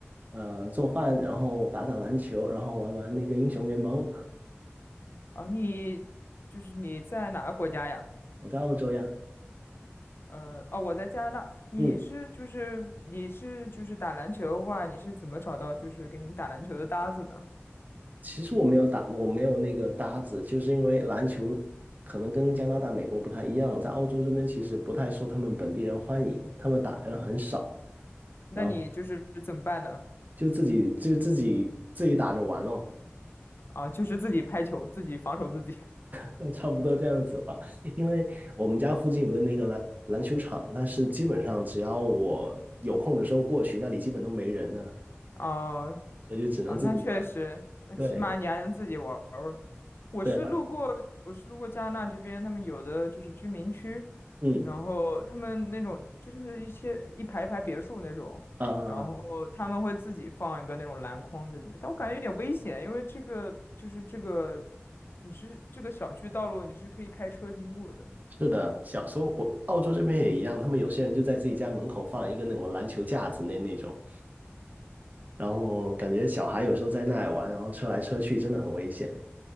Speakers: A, on the right (about 40°); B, on the left (about 55°).
A: 呃做饭，然后打打篮球，然后玩玩那个英雄联盟。
B: 啊，你就是你在哪个国家呀？
A: 我在澳洲呀，
B: 呃，哦，我在加拿大。你是就是你是就是打篮球的话，
A: 嗯，
B: 你是怎么找到就是给你打篮球的搭子呢？
A: 其实我没有打，我没有那个搭子，就是因为篮球可能跟加拿大、美国不太一样，在澳洲这边其实不太受他们本地人欢迎，他们打人很少。
B: 那你就是怎么办呢？
A: 然后。就自己就自己自己打着玩咯，
B: 啊，就是自己拍球，自己防守自己。
A: <laughs> 差不多这样子吧。因为我们家附近有个那个篮篮球场，但是基本上只要我有空的时候过去，那里基本都没人呢，
B: <laughs> 啊。
A: 所以就只能自己玩。
B: 啊，那确实，那起码你还能自己玩儿玩儿
A: 对
B: 我是路过，
A: 对啊，
B: 我是路过加拿大这边，他们有的就是居民区，
A: 嗯
B: 然后他们那种就是一些一排一排别墅那种，
A: 呃，啊啊
B: 然后他们会自己放一个那种篮筐在里面，但我感觉有点危险，因为这个就是这个，你是这个小区道路你是可以开车经过的，
A: 是的，小时候我澳洲这边也一样，他们有些人就在自己家门口放一个那种篮球架子那那种，然后感觉小孩有时候在那里玩，然后车来车去真的很危险。